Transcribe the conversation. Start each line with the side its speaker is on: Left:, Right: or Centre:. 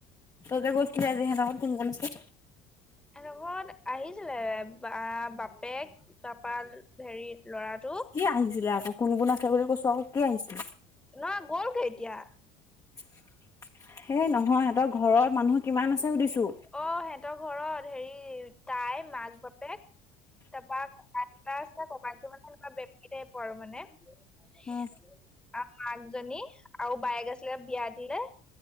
Left: তই যে কৈছিলি আজি হেত ঘৰত কোন‌ কোন আছে।
Centre: এহঁতৰ লগত আহিছিলে বা বাপেক তাৰপাল ভেৰিত ল'ৰাটো
Left: কি আহিছিলে আকৌ কোন কোন আছে বুলি কৈছো আকৌ কি আহিছিলে?
Centre: নহয় গ'লগে এতিয়া
Left: সেই নহয় সিহঁতৰ ঘৰৰ মানুহ কিমান আছে সুধিছো?
Centre: অ হেতৰ ঘৰত হেৰি তাই, মাক-বাপেক, তাপাক টা দুটা আছে ককাইটো মানে এনেকুৱা বেমাৰী টাইপ আৰু মানে <unintelligible>
Left: অ', অ',
Centre: অ মাকজনী আৰু বায়েক আছিলে বিয়া দিলে।